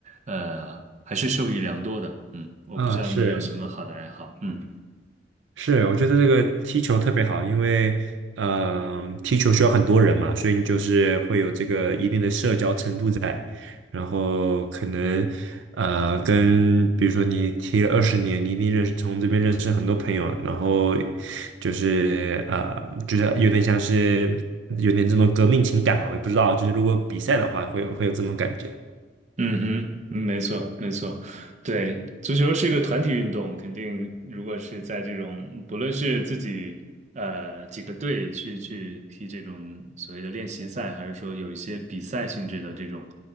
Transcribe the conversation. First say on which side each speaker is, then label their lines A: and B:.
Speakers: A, on the right; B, on the right.
A: 呃还是受益良多的。嗯，我不知道你有什么好的爱好。
B: 啊，是，
A: 嗯。
B: 是，我觉得这个踢球特别好，因为嗯，踢球需要很多人嘛，所以你就是会有这个一定的社交程度在，然后可能呃，跟比如说你踢了二十年，你一定认识从这边认识很多朋友，然后就是呃，就是有点像是有点这种革命情感吧，我也不知道，就是如果比赛的话，会有会有这种感觉，
A: 嗯哼，嗯没错，没错，对，足球是一个团体运动，肯定如果是在这种，不论是自己呃几个队去去踢这种所谓的练习赛，还是说有一些比赛性质的这种